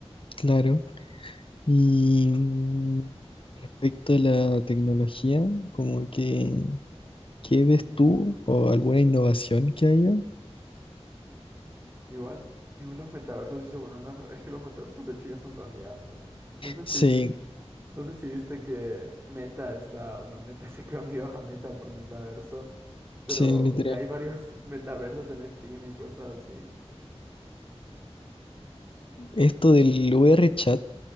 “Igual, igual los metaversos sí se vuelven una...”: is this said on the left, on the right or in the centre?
Right